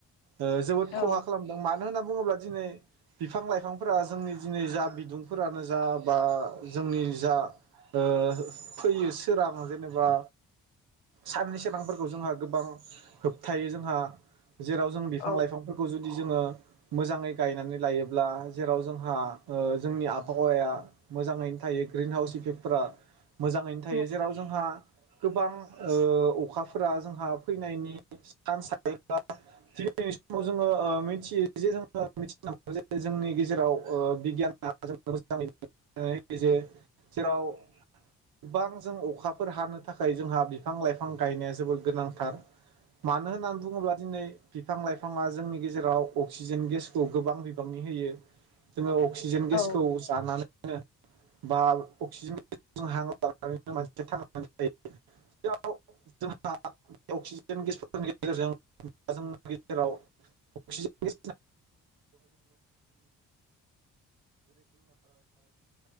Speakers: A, on the right; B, on the left.
A: ओ जोबोद
B: औ
A: खहा खालामदों मानो होनना बुङोब्लाद दिनै बिफां लाइफांफोरा जोंनि दिनै जा बिदुंफोरानो जा बा जोंनि जा ओ फैयो सोरां जेनेबा साननि सोरां फोर खौ जोंहा गोबां होबथायो जोंहा जेराव जों बिफां
B: औ
A: लाइफांफोरखौ जुदि जोङो मोजाङै गायनानै लायोब्ला जेराव जोंहा ओ जोंनि आबहावाया मोजाङैनो थायो ग्रिन हाउस इफेक्टफोरा मोजाङैनो थायो
B: उम
A: जेराव जोंहा गोबां ओ अखाफ फोरा जोंहा फैनायनि सान्स थायो बा दिनै समाव जोङो ओ मिथियो जे जोङो मिथिना मोनो जे जोंनि गेजेराव ओ बिगियना जोंनो मोजाङै जे जेराव गोबां जों अखाफोर हानो थाखाय जोंहा बिफां लाइफां गायनोस जोबोर गोनांथार मानो होननानै बुङोब्ला दिनै बिफां लाइफाङा जोंनि गेजेराव अक्सिजेन गेसखौ गोबां बिबांनि होयो । जोङो अक्सिजेन
B: औ
A: गेसखौ जानानै नो बा अक्सिजेनजों हां लानानै मानसिया थांनानै थायो <unintelligible> जोंहा अक्सिजेन गेसफोरनि गेजेरजों जोंनि गेजेराव अक्सिजेन